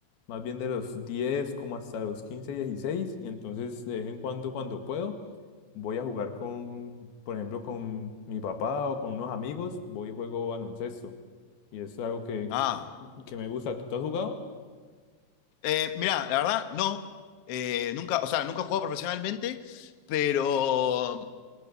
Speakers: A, on the left; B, on the left.
A: más bien de los 10, como hasta los 15, 16. Y entonces de vez en cuando, cuando puedo, voy a jugar con, por ejemplo, con mi papá o con unos amigos, voy y juego baloncesto. Y eso es algo que,
B: Ah,
A: que me gusta. ¿Tú has jugado?
B: eh, mirá, la verdad, no. Eh, nunca, o sea, nunca he jugado profesionalmente, pero